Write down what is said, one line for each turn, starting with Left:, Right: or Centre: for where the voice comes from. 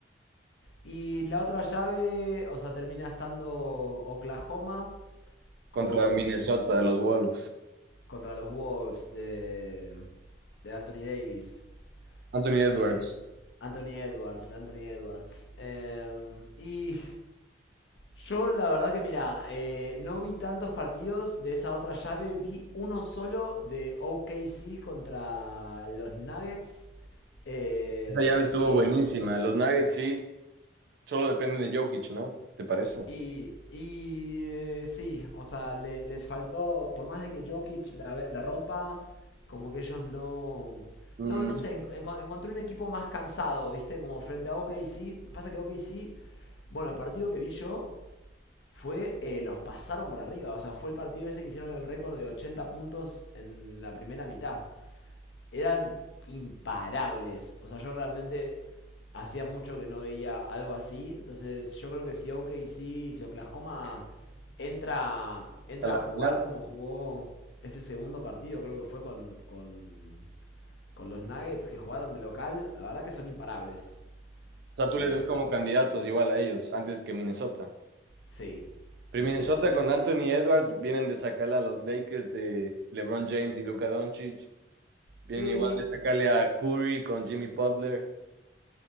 Left: Y la otra llave, o sea, termina estando Oklahoma
Right: contra
Left: con,
Right: Minnesota, los Wolves?
Left: contra los Wolves de, de Anthony Davis.
Right: Anthony Edwards.
Left: Eh, Anthony Edwards, Anthony Edwards. Eh, y yo la verdad que mira, eh, no vi tantos partidos de esa otra llave, vi uno solo de OKC contra los Nuggets, eh,
Right: Esa llave estuvo
Left: que
Right: buenísima.
Left: fu-
Right: Los Nuggets sí, solo dependen de Jokic, ¿no? ¿Te parece?
Left: Y, y eh, sí, o sea, le- les faltó, por más de que Jokic la, ve- la rompa, como que ellos no...
Right: Mm,
Left: No, no sé, en- enco- encontré un equipo más cansado, ¿viste? Como frente a OKC. Pasa que OKC, bueno, el partido que vi yo fue, eh, los pasaron por arriba, o sea, fue el partido ese que hicieron el récord de 80 puntos en la primera mitad eran imparables. O sea, yo realmente hacía mucho que no veía algo así. Entonces, yo creo que si OKC, si Oklahoma entra, entra
Right: a la
Left: a jugar
Right: final. O
Left: como jugó ese segundo partido, creo que fue con, con, con los Nuggets que jugaron de local, la verdad que son imparables.
Right: sea, tú
Left: Eh,
Right: les ves como candidatos igual a ellos, antes que Minnesota.
Left: sí,
Right: Pero
Left: sí,
Right: Minnesota
Left: sí, sí.
Right: con Anthony Edwards vienen de sacarle a los Lakers de LeBron James y Luka Doncic. Vienen
Left: Sí,
Right: igual de sacarle a Curry con Jimmy Butler.